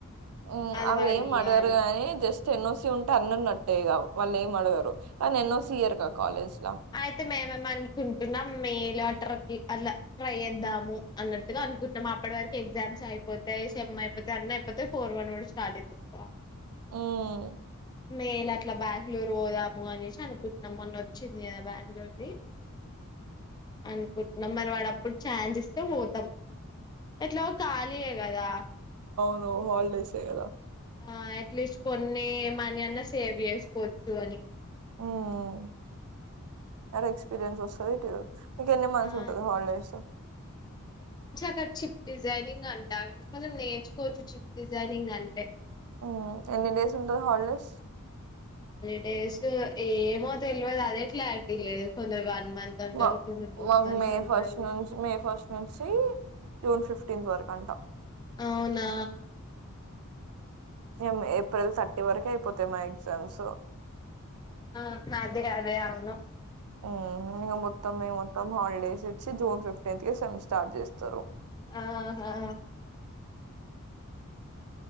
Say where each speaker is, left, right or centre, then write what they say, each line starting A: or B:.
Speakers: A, on the right; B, on the left.
A: ఉ
B: అది
A: అవేం
B: వాడియ్యాలి
A: అడగరు అని జస్ట్ ఎన్ ఓ సి ఉంటే అన్న నట్టేగా వాళ్ళు ఏం అడగరు కానీ ఎన్ఓసి ఇయ్యరుగా
B: హ్మ్మ్
A: కాలేజ్ లా
B: అయితే మేమేము అనుకుంటున్నాం మేలు లెటర్ అలా ట్రై చేద్దాము అన్నట్టుగా అనుకుంటున్నాము అప్పటి వరకు ఎగ్జామ్స్ అయిపోతాయి సెమ్ అయిపోతయి అన్ని అయిపోతాయి ఫోర్ వన్ కూడా స్టార్ట్ అయితుందిదా
A: ఉమ్
B: మేల అట్లా బాల్ మీరు ఓ అప్ అనేసి నిన్న మొన్న వచ్చింది కదా బెంగళూరుది అనుకుంటున్నాం మరి వాడు అప్పుడు ఛాన్జ్ ఇస్తే పోతాం ఎట్లా ఓ ఖాళీయీ కదా
A: ఓ హాలిడేస్ ఏ కదా
B: ఆ ఎట్లీస్ట్ కొన్ని మనీ అన్న సేవ్ చేసుకోవచ్చు అని
A: ఉ ఉ ఉ ఎక్స్పీరియన్స్ వస్తాదిత్తే మీకు ఎన్ని మంత్స్
B: ఆ
A: ఉంటాద్దీ హాలిడేస్
B: అక్ చిప్ డిజైనింగ్ అంట కొంచెం నేర్చుకోవచ్చు చిప్ డిజైనింగ్ అంటే
A: ఉమ్ ఎన్ని డేస్ ఉంటది హాలిడేస్
B: హాలీ డేస్ ఏమో తెలియదు అదే క్లారిటీ లేదు కొందరు మంత్ అంటారు
A: మా
B: కొందరు టూ
A: మాకు
B: మంత్స్
A: మే
B: అంటారు
A: ఫస్ట్ నుంచి మే ఫస్ట్ నుంచి జూన్ ఫిఫ్త్ ఫిఫ్టీంత్ వరకు అంట
B: అవునా
A: ఉమ్ ఏప్రిల్ త థర్టీ వరకు అయిపోతాయి మా ఎగ్జామ్స్
B: ఆ అదె అదె అవును.
A: హు ఇగ మొత్తం ఎమ్ ఉంటామ్ హాలిడేస్ ఇచ్చి జూన్ ఫిఫ్టీన్త్ కి సెమ్ స్టార్ట్ చేస్తరు.
B: ఆహా